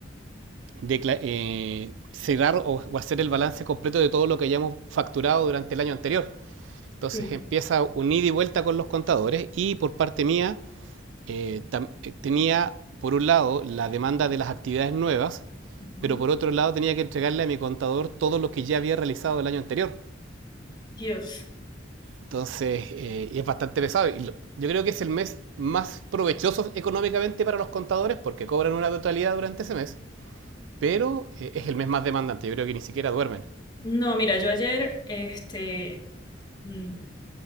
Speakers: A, on the right (about 80°); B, on the left (about 25°).
A: decla- eh, cerrar o, o hacer el balance completo de todo lo que hayamos facturado durante el año anterior. Entonces
B: Sí.
A: empieza un ida y vuelta con los contadores y por parte mía eh, tam- eh, tenía por un lado la demanda de las actividades nuevas,
B: Ujú.
A: pero por otro lado tenía que entregarle a mi contador todo lo que ya había realizado el año anterior.
B: Dios.
A: Entonces, eh, y es bastante pesado. Y lo- yo creo que es el mes más provechoso económicamente para los contadores porque cobran una totalidad durante ese mes, pero eh, es el mes más demandante. Yo creo que ni siquiera duermen.
B: No, mira, yo ayer este, mm,